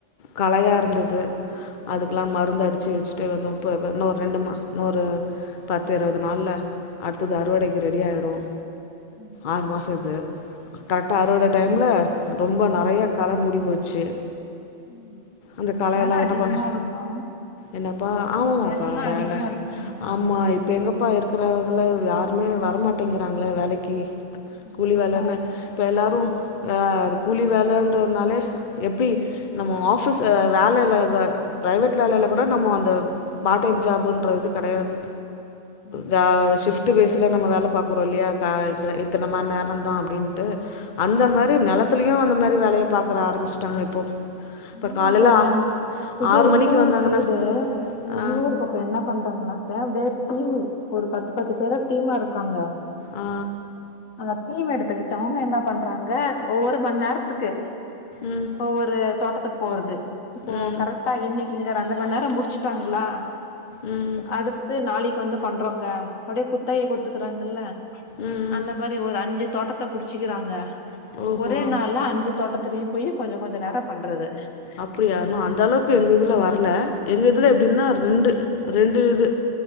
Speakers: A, on the left; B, on the left.
A: கலையா இருந்தது.
B: ம்
A: அதுக்கெல்லாம் மருந்து அடிச் வச்சு வச்சுட்டு வந்தம் இன்னும் ஒரு ரெண்டுமா இன்னொரு பத்து இருவது நாள்ல அடுத்தது அறுவடைக்கு ரெடி ஆயிடும்
B: ம் சரி
A: ஆறு மாஷோ
B: சரி.
A: இது கரெக்டா அறுவடை
B: அப்போ
A: டைம்ல ரொம்ப நா நெறைய காள மூடி போச்சு
B: ம்
A: அந்த களையெல்லா
B: வேல அதிகமா
A: என்ன பண்ண
B: இருக்கு
A: என்னப்பா ஆமாமாப்பா
B: வேலலாம்
A: வேல
B: அதிகமா இருக்கு இல்லையா
A: ஆமா இப்பே எங்கப்பா இருக்கற இதுல யாருமே வரமாட்டேங்கிறாங்கள வேலைக்கு கூலி
B: ஆமாப்பா
A: வேலனு
B: ஏ
A: இப்ப எல்லாரு கூலி வேலன்றதுனாலே எப்டி நம்ம ஆஃபிஸ் வேலையில ப்ரைவேட் வேலையில விட நம்ம அந்த பார்ட் டைம் ஜாப்ன்றதுக் கெடையாது
B: ம்
A: ஜ ஷிஃப்ட் ஷிப்டு பேசுல நம்ம வேலை பாக்கறோம் இல்லையா இத்தனை நேரம்தான் அப்படின்ட்டு அந்த
B: ஆமா
A: மாரி நெலத்துலயும் அந்த மாரி வேலையை பாக்கற ஆரம்பிஷ்சிட்டாங்க இப்போ இப்ப
B: ஆமாம்பா
A: காலைல
B: இது
A: ஆறு
B: எங்க
A: மணிக்கு
B: ஊர்
A: வந்தாங்கன்னா
B: சைடு
A: ஆ
B: எங்க ஊர் பக்கம் என்ன பண்றாங்கன்னா <unintelligible> ட டீமு ஒரு பத்து பத்து பேரா டீமா இருக்காங்க
A: ஆ
B: அந்த தீம் எடுத்துக்கிட்டு அவுங்க என்ன பண்றாங்க ஒவ்வொரு மண் நேரத்துக்கு
A: ம்
B: ஒரு தோட்டத்துக்கு போறது இப்போ
A: ம்
B: கரெக்டா இன்னைக்கு இங்க ரெண்டு மண் நேரம் முடச் டாங்களா
A: ம்
B: அடுத்து நாளைக் வந்து பண்றோங்க அப்படியே குத்தகைக்கு ஒத்துக்குறாங்கல்ல
A: ம்
B: அந்த மாரி ஒரு அஞ்சு தோட்டத்த புடிச்சிக்கிறாங்க
A: ஓஹோ
B: ஒரே நாள்ல அஞ்சு தோட்டத்தலயும் போய் கொஞ்சோ கொஞ்சோ நேர பண்றது.
A: அப்படியானும் அந்த அளவுக்கு எங்க இதுல வர்ல எங்க இதில எப்படின்னா
B: ம்
A: ரெண்டு ரெண்டு இது